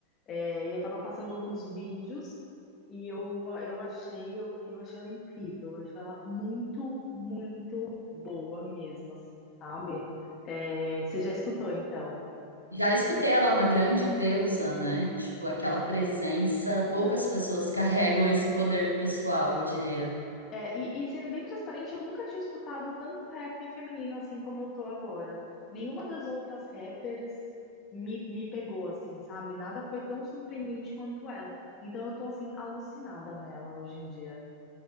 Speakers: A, on the left (about 30°); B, on the right (about 85°).
A: É, e eu tava passando alguns vídeos e eu, eu achei, eu, eu achei ela incrível. Eu achei ela muito, muito boa mesmo, assim, sabe? É, você já escutou então?
B: Já escutei ela uma grande deusa, né? Tipo, aquela presença, poucas pessoas <laughs> carregam esse poder pessoal, eu diria.
A: É, e, e sendo bem transparente, eu nunca tinha escutado tanto rap feminino assim como eu tô agora. Nenhuma das outras rappers me, me pegou assim, sabe? Nada foi tão surpreendente quanto ela. Então eu tô assim, alucinada nela hoje em dia.